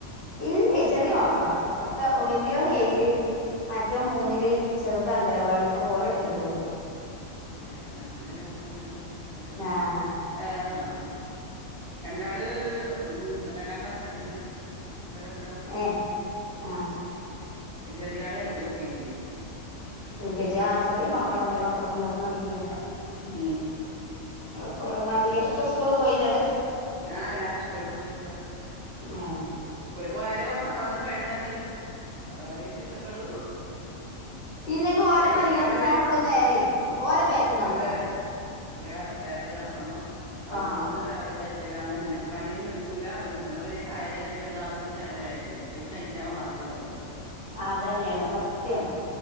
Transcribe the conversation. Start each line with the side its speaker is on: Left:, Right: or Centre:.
Left: ഇല്ലേ ചെറിയ മക്കളാ ഒക്കെ
Right: ഉം
Left: വല്യോൻ ഏയില് മറ്റോന്
Right: ഉം
Left: മൂന്നില് ചെറുത അങ്ക കലവാടി ഇപ്പോ പോവലൊട്ങ്ങീട്ടുള്ളു
Right: തെ എനക്കും ചെറിയ മക്കള് തന്നെയാണ് രണ്ടാള്
Left: ആഹ്
Right: ഏഹ് രണ്ടാള് ഉം രണ്ടാം ക്ലാസ്സി പഠിക്കുന്നു മറ്റവര് രണ്ടാളും
Left: ഏഹ് ആഹ്
Right: ആ ചെറിയ ആള് യു കെ ജില്
Left: യു കെ ജി യാ ആ ചെറിയ മക്കളാ ന്റെ മക്കളെ കൊണ്ട് മാതിരില്ലേ
Right: ഉം
Left: ഒക്കെ പറഞ്ഞ മാതിരി
Right: ഉം
Left: ഒക്കെ സ്കൂള് പോയില്ലാണ്ട്
Right: ആ എല്ലാരും സ്കൂളിൽ പോയിട്ട്താ
Left: ഏഹ്
Right: സ്കൂളി പോയാലേ കൊറച്ച് സമധാനം പണിയെടുക്കാൻ കഴിയൂ അത്ര വലിയ കുരുത്തക്കേട്
Left: ഇല്ലെങ്കിൽ ഓല
Right: അല്ലെങ്കിൽ
Left: പരിഹരിച്ചാനൊള്ളു
Right: അവര്
Left: നേരെേ ഓല ബാക്ക് നടക്കണം
Right: അതെ അതെ ബാക്കില് നടക്കണം അവര്
Left: ആഹ്
Right: പോകുന്നവരെ അവരുടെ ബാക്കില് അങ്ങനന്നെ പണിയൊന്നും ഒരുങ്ങൂല അവര് പോന്നവരെ ചായേടെ കടി അതാക്കിയിട്ട് അവരെ ബാക്കില് പോയി കഴിഞ്ഞിട്ടാവും ബാക്കിയുള്ള പണി
Left: അതന്നെയാണ് സത്യാണ്